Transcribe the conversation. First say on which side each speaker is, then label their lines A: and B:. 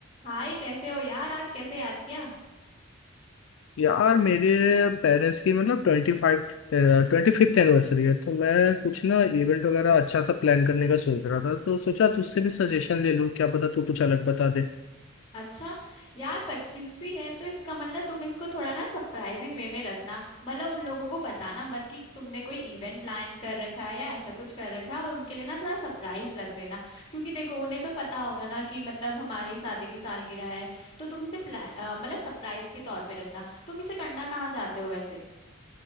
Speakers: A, on the left (about 25°); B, on the left (about 65°).
A: हाय कैसे हो यार आज कैसे याद किया
B: यार मेरे पेरेंट्स की मतलब twenty five twenty fifth anniversary है तो मैं कुछ ना इवेंट वगैरह अच्छा सा प्लान करने का सोच रहा था तो सोचा तुझसे भी सजेशन ले लूँ क्या पता तू कुछ अलग बता दे
A: अच्छा यार पच्चीसवीं है तो इसका मतलब तुम इसको थोड़ा ना सरप्राइजिंग वे में रखना मतलब उन लोगों को बताना मत कि तुमने कोई इवेंट प्लान कर रखा है या ऐसा कुछ कर रखा है और उनके लिए ना थोड़ा सरप्राइज रख लेना क्योंकि देखो उन्हें तो पता होगा ना कि मतलब हमारी शादी की सालगिरह है तो तुम इसे प्ला- अ, मतलब सरप्राइज के तौर पे रखना तुम इसे करना कहाँ चाहते हो वैसे